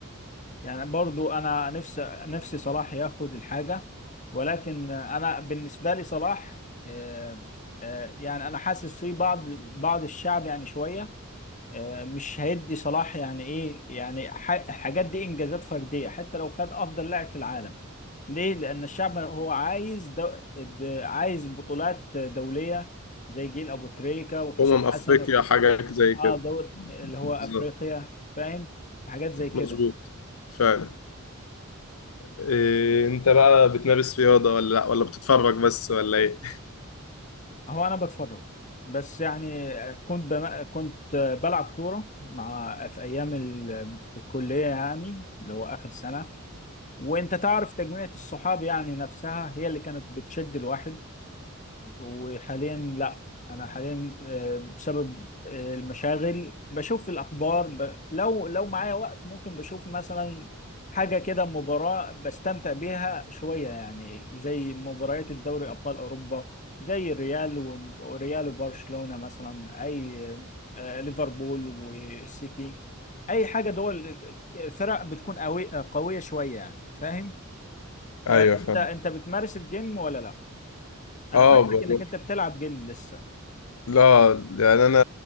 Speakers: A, on the left; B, on the left.
A: يعني برضو انا نفسي نفسي صلاح ياخد الحاجه ولكن انا بالنسبه لي صلاح آه، آه، يعني انا حاسس في بعض بعض الشعب يعني شويه آه، مش هيدي صلاح يعني ايه يعني ح- الحاجات دي انجازات فرديه حتى لو خد افضل لاعب في العالم ليه لان الشعب هو عايز دو... د- عايز بطولات دوليه زي جيل ابو تريكه وحسام
B: أمم
A: حسن
B: أفريقيا
A: والحاجات
B: حاجة زي كده
A: اه دور اللي هو
B: بالظبط
A: افريقيا فاهم حاجات زي كده
B: مظبوط فعلا إيه أنت بقى بتمارس رياضة ولا لأ ولا بتتفرج بس ولا إيه؟
A: هو انا بتفرج بس يعني كنت بم... كنت بلعب كوره مع في ايام ال... الكليه يعني اللي هو اخر سنه وانت تعرف تجميعة الصحاب يعني نفسها هي اللي كانت بتشد الواحد وحاليا لا انا حاليا آه، بسبب آه، المشاغل بشوف الاخبار ب... لو لو معايا وقت ممكن بشوف مثلا حاجه كده مباراه بستمتع بيها شويه يعني زي مباريات الدوري ابطال اوروبا زي الريال و- وريال وبرشلونه مثلا اي آه، ليفربول والسيتي اي حاجه دول فرق بتكون قوي قويه شويه يعني فاهم
B: أيوه
A: آه، انت
B: فاهم
A: انت بتمارس الجيم ولا لا انا
B: أه
A: فاكرك
B: بروح
A: انك انت بتلعب جيم لسه
B: لا يعني أنا